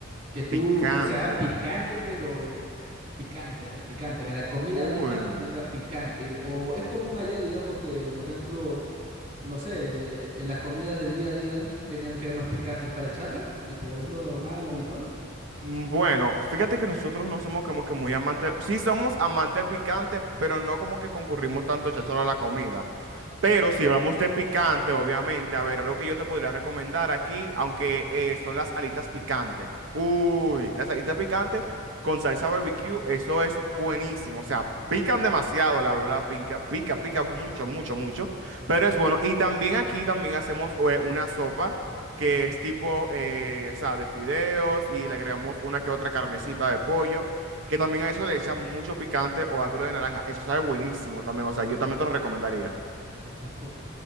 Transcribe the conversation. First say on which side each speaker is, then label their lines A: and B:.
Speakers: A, on the right (about 40°); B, on the right (about 70°).
A: que tú,
B: picante.
A: o sea, picante, pero Picante, pues picante, que la comida
B: Uy.
A: misma tenga picante. O es común allá, digamos que, por ejemplo, no sé, en las comidas del día a día tengan cremas picantes para echarle, tipo, ¿es lo normal, lo habitual?
B: Mm, Bueno, fíjate que nosotros no somos como que muy amantes, sí somos amantes del picante, pero no como que concurrimos tanto ya solo a la comida. Pero si hablamos de picante, obviamente, a ver, algo que yo te podría recomendar aquí, aunque eh, son las alitas picantes. Uy, las alitas picantes con salsa barbecue, eso es buenísimo. O sea, pican demasiado, la verdad, pica, pica, pica mucho, mucho, mucho.
A: Mm.
B: Pero es bueno. Y también aquí también hacemos eh, una sopa que es tipo, eh, o sea, de fideos y le agregamos una que otra carnecita de pollo. Que también a eso le echan mucho picante o agro de naranja. Eso sabe buenísimo también. O sea, yo también te lo recomendaría.
A: <laughs> Uf. uf, uf.